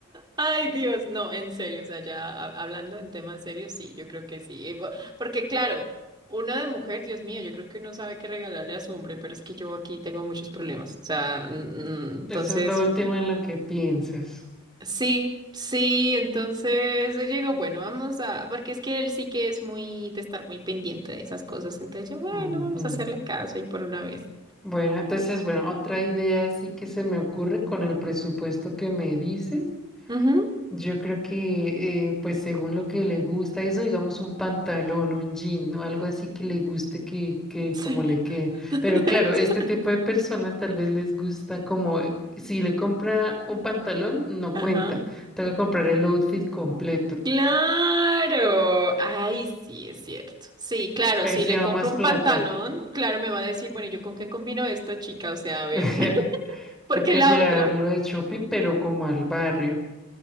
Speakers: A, on the right; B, in the centre.
A: Ay, Dios, no, en serio, o sea, ya ha- hablando en temas serios, sí, yo creo que sí. Eh, bo- Porque claro, uno de mujer, Dios mío, yo creo que uno sabe qué regalarle a su hombre, pero es que yo aquí tengo muchos problemas. O sea, mm, mm, entonces.
B: Eso es lo último en lo que piensas.
A: Sí, sí, entonces yo digo, bueno, vamos a, porque es que él sí que es muy de estar muy pendiente de esas cosas, entonces yo, bueno,
B: Ujú.
A: vamos a hacerle caso y por una vez.
B: Bueno, entonces, bueno, otra idea así que se me ocurre con el presupuesto que me dices.
A: Ujú,
B: Yo creo que, eh, pues según lo que le gusta, eso digamos un pantalón, un jean o algo así que le guste que, que
A: sí.
B: como le quede.
A: <laughs>
B: Pero claro, este tipo de personas tal vez les gusta como, eh, si le compra un pantalón, no
A: Ajá.
B: cuenta. Toca comprar el outfit completo.
A: Claro. Ay, sí, es cierto. Sí, claro,
B: Ahí
A: si
B: se
A: le
B: va
A: compro
B: más
A: un
B: plata.
A: pantalón, claro, me va a decir, bueno, ¿y ¿yo con qué combino esto, chica? O sea, a ver,
B: <laughs>
A: <laughs> porque
B: Toca
A: la
B: llevarlo
A: otra,
B: de shopping, pero como al barrio.